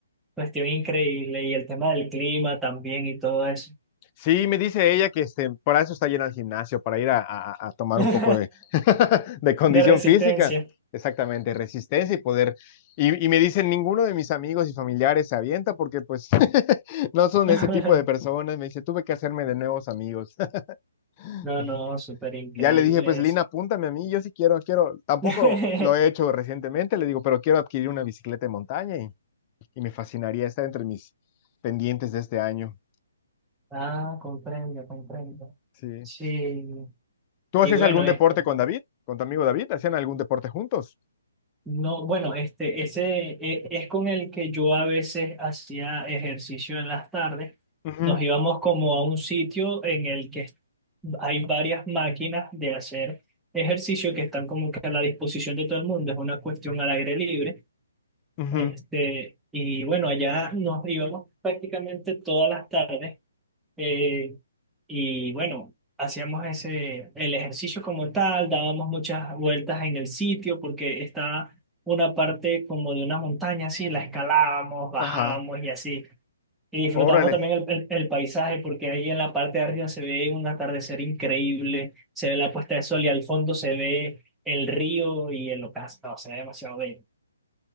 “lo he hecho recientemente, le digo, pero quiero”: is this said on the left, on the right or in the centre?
Left